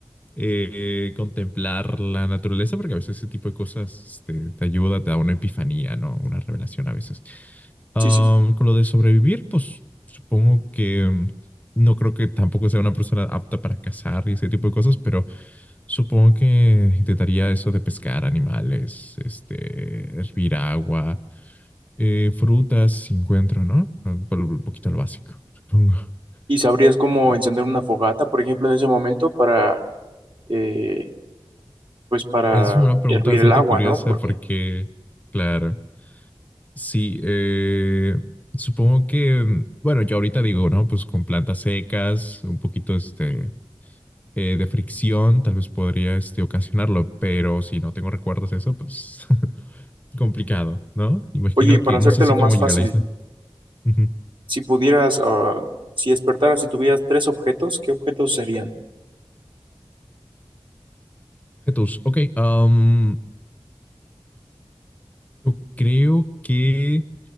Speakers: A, on the left (about 15°); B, on the right (about 60°).
A: eh, contemplar la naturaleza, porque a veces ese tipo de cosas este, te ayuda, te da una epifanía, ¿no? Una revelación a veces. Ah,
B: Sí, sí, sí.
A: con lo de sobrevivir, pues supongo que mm, no creo que tampoco sea una persona apta para cazar y ese tipo de cosas, pero supongo que intentaría eso de pescar animales, este, hervir agua, eh, frutas, si encuentro, ¿no? Un po- un poquito lo básico, supongo.
B: ¿Y sabrías cómo
A: Ah,
B: encender una fogata, por ejemplo, en ese momento para, eh, pues para
A: Es una pregunta
B: hervir
A: bastante
B: el agua,
A: curiosa
B: ¿no? Porque...
A: porque, claro. Sí, eh, supongo que, bueno, yo ahorita digo, ¿no? Pues con plantas secas, un poquito este, eh, de fricción, tal vez podría este, ocasionarlo, pero si no tengo recuerdos de eso, pues <laughs> complicado, ¿no? Imagino
B: Oye, y para
A: que,
B: hacértelo
A: no sé si
B: más
A: cómo llega
B: fácil,
A: a la isla. Ujú.
B: Si pudieras, ah, si despertaras y tuvieras tres objetos, ¿qué objetos serían?
A: Jesús, ok, am, yo creo que